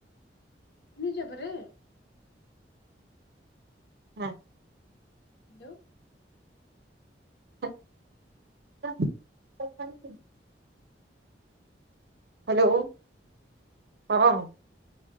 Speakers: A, on the left; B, on the right.
A: ନିଜ ଉପରେ
B: ହଁ।
A: ହ୍ୟାଲୋ।
B: ହ୍ୟାଲୋ ହ୍ୟାଲୋ ହଁ।